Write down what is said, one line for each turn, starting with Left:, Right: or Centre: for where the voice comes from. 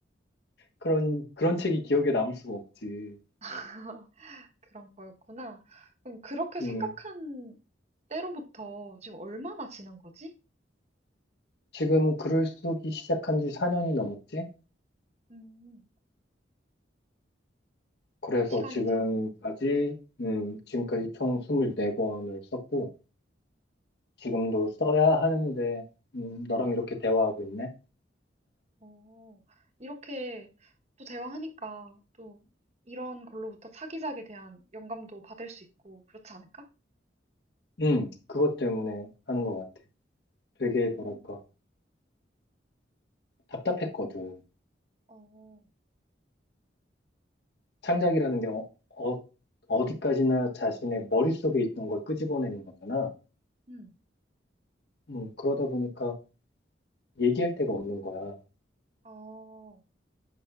Left: 그런, 그런 책이 기억에 남을 수가 없지.
Right: <laughs> 그런 거였구나. 그럼 그렇게 생각한
Left: 음.
Right: 때로부터 지금 얼마나 지난 거지?
Left: 지금 글을 쓰기 시작한 지 4년이 넘었지?
Right: 음,
Left: 그래서
Right: 시간이
Left: 지금까지,
Right: 참. 음,
Left: 음,
Right: 음.
Left: 지금까지 총 24권을 썼고, 지금도 써야 하는데, 음, 너랑 이렇게 대화하고 있네?
Right: 오, 이렇게 또 대화하니까 또 이런 걸로부터 차기작에 대한 영감도 받을 수 있고 그렇지 않을까?
Left: 음, 그것 때문에 하는 것 같아. 되게,
Right: 음,
Left: 뭐랄까, 답답했거든.
Right: 어,
Left: 창작이라는 게 어, 어, 어디까지나 자신의 머릿속에 있던 걸 끄집어내는 거잖아.
Right: 음,
Left: 음, 그러다 보니까 얘기할 데가 없는 거야.
Right: 어,